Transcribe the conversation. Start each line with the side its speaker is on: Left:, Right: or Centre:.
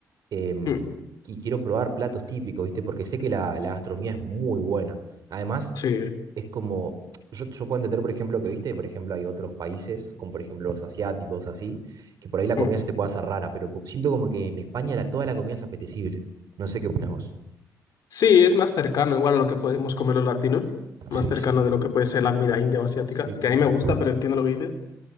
Right: em,
Left: Mm,
Right: y quiero probar platos típicos, ¿viste? Porque sé que la, la gastronomía es muy buena. Además,
Left: Sí.
Right: es como, yo, yo puedo entender, por ejemplo, que, ¿viste? Por ejemplo, hay otros países, como por ejemplo los asiáticos, así, que por ahí la comida
Left: mm.
Right: se te puede hacer rara, pero co- siento como que en España la, toda la comida es apetecible. No sé qué opinas vos.
Left: Sí, es más cercano igual a lo que podemos comer los latinos, más
Right: Sí,
Left: cercano
Right: sí,
Left: de lo que puede ser la comida india o asiática,
Right: sí,
Left: que
Right: sí,
Left: a mí
Right: sí.
Left: me gusta, pero entiendo lo que dices.